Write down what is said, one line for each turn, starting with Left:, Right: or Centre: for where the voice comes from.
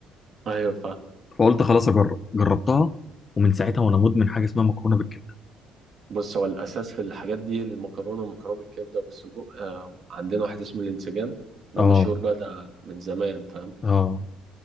Right: ايوه فاهم
Left: فقلت خلاص اجرب جربتها ومن ساعتها وانا مدمن حاجه اسمها مكرونه بالكبده
Right: بص هو الاساس في الحاجات دي المكرونه والمكرونه بالكبده وبالسجق آه عندنا واحد اسمه الانسجام ده
Left: اه
Right: مشهور بقى ده من زمان فاهم
Left: اه